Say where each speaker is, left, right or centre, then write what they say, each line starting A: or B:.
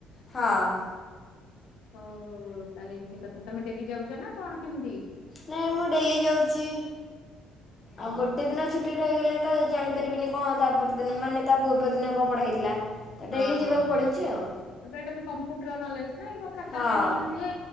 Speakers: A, on the left; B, on the left.
A: ହଁ
B: ଓହୋ ତାହଲେ ଏମିତି କଥା ତମେ ଡେଲି ଯାଉଛ ନା କଣ କେମିତି?
A: ନାଇଁ ମୁଁ ଡେଲି ଯାଉଛି, ଆଉ
B: ଓହୋ
A: ଗୋଟେ ଦିନ ଛୁ ଛୁଟି ରହିଗଲେ ତ ଜାଣିପାରିବିନି କଣ ତା ପର ମାନେ ତା ପୂର୍ବ ଦିନ କଣ ପଢା ହେଇଥିଲା। ତ
B: ହଁ
A: ଡେଲି ଯିବାକୁ
B: ହଁ
A: ପଡ଼ୁଛି
B: ତାପରେ
A: ଆଉ।
B: ଏଇଟା ବି କମ୍ପ୍ୟୁଟର ନଲେଜ ନାଁ ଖାତା
A: ହଁ
B: ପେନ୍ ହେଇଛି ଯେ